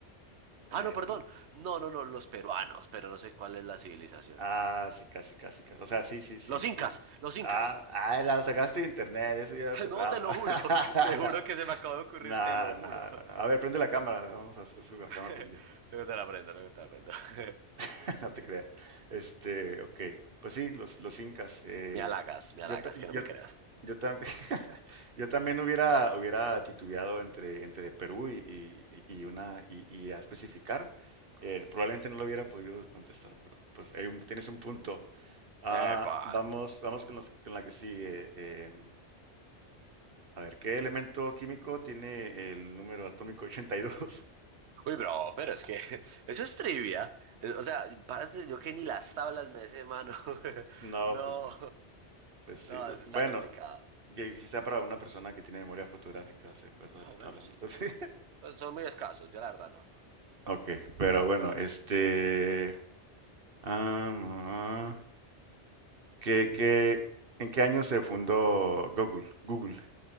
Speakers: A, on the right; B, on the right.
A: Em,
B: Ah, no, perdón. No, no, no, los peruanos, pero no sé cuál es la civilización.
A: ah, sí, casi, casi, casi. O sea, sí, sí, sí,
B: Los
A: sí.
B: incas, los incas.
A: Ah, ah, la sacaste de internet, eso ya
B: <laughs>
A: fue
B: No,
A: trampa.
B: te lo juro,
A: <laughs>
B: <laughs> te juro que se me acaba de ocurrir,
A: Nah,
B: te lo juro.
A: nah, nah, nah. A ver, prende la cámara, vamos a hacer eso con la
B: <laughs>
A: cámara prendida,
B: Luego te la aprendo, luego te la aprendo. <laughs>
A: <laughs> no te creas. Este, ok, pues sí, los, los incas. eh,
B: Me halagas, me
A: yo,
B: halagas,
A: ta-
B: que no
A: yo,
B: me creas.
A: yo, tam- <laughs> yo también hubiera, hubiera titubeado entre, entre Perú y, y- y una, y, y a especificar. Eh, probablemente no lo hubiera podido contestar, pero pues hay un- tienes un punto. Ah,
B: Epa.
A: vamos, vamos con, los- con la que sigue. em, A ver, ¿qué elemento químico tiene el número atómico ochenta y dos. <laughs>
B: Uy, bro, pero es que <laughs> eso es trivia. Eh, O sea, párate, yo que ni las tablas me sé, mano. <laughs>
A: No,
B: No,
A: pues no. Pues sí.
B: no, eso está
A: Bueno,
B: complicado.
A: que quizá para una persona que tiene memoria fotográfica se acuerda de
B: Ah,
A: la
B: bueno,
A: tabla,
B: sí.
A: ¿no? <laughs> Pero sí.
B: Pues son muy escasos, yo la verdad no.
A: Ok, pero bueno, este... am, ah, ¿qué- qué- en qué año se fundó Google? Google,